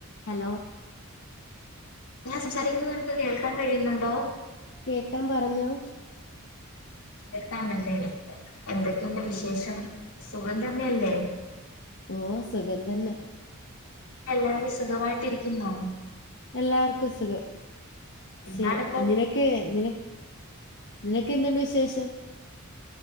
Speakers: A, on the left (about 60°); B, on the left (about 85°).
A: Hello
B: ഞാൻ സംസാരിക്കുന്നത് നിനക്ക് കേൾക്കാൻ കഴിയുന്നുണ്ടോ
A: കേൾക്കാം പറഞ്ഞോ
B: കേക്കമല്ലെ എന്തൊക്കെയുണ്ട് വിശേഷം
A: കേക്ക
B: സുഖം തന്നെയല്ലേ
A: ഓ സുഖം തന്നെ
B: എല്ലാവരും സുഖമായിട്ടിരിക്കുന്നോ
A: എല്ലാവർക്കും സുഖം
B: എന്താണ്
A: ശേ
B: ഇപ്പോ
A: നീ നക് ക്കെ നിന നിനക്ക എന്തുണ്ട് വിശേഷം